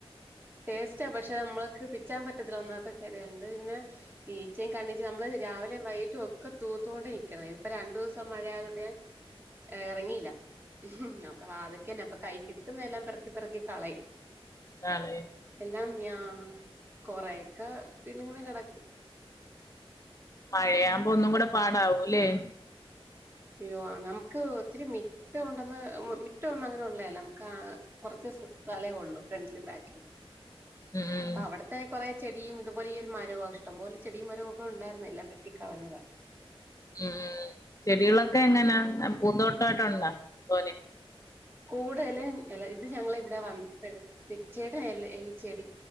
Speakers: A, on the right (about 20°); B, on the left (about 35°).
A: ടേസ്റ്റാ പക്ഷെ നമ്മള് ക്ക് പിച്ചാൻ പറ്റത്തില്ല ഒന്നാത്തെ കാര്യ അ പിന്നെ ഈച്ചേം കണ്ണിച്ചേ നമ്മള് രാവിലെയും വൈകിട്ടും ഒക്കെ തൂത്തോണ്ട് നിക്കണം ഇതിപ്പോ രണ്ടു ദിവസം മഴയായതു കൊണ്ട് ഞാൻ എറങ്ങിയില്ല നമ്മളെ വാതുക്കെ തന്നെ അപ്പ കൈ കി കിട്ടുന്ന എല്ലാം പെർക്കി പെർക്കി കളയും.
B: ആല്ലേ.
A: എല്ലാം യാ കൊറേക്കെ പിന്നങ്ങനെ കെടക്കും.
B: മഴയാമ്പോ ഒന്നും കൂടെ പാടാവൂല്ലേ? ഉം
A: അയ്യോ നമുക്ക് ഒത്തിരി മിറ്റവൊണ്ടന്ന് മ് മിറ്റവൊന്നും അങ്ങനെ ഒള്ളയല്ല നമുക്ക് കൊറച്ച് സ്ഥലേ ഒള്ളൂ ഫ്രണ്ടിലും ബാക്കിലോട്ട്.
B: ഉം
A: ആഹ് അവിടെത്തെ കൊറെ ചെടിയും ഇതുപോലെ ഈ ഒരു മരോവാ ഇഷ്ട്ടം പോലെ ചെടിയും മരവൊക്കെ ഒണ്ടായിരുന്നു എല്ലാം വെട്ടിക്കളഞ്ഞതാ.
B: ഉം ഉം ചെടി ടികളൊക്കെ എങ്ങനാ
A: ഉം.
B: പൂന്തോട്ട് ട്ടായിട്ടൊണ്ടോ തോനെ
A: കൂടുതലും എല ഇത് ഞങ്ങളിവിടെ വന്നപ്പഴേ ചേട്ടന് എല ഈ ചെടി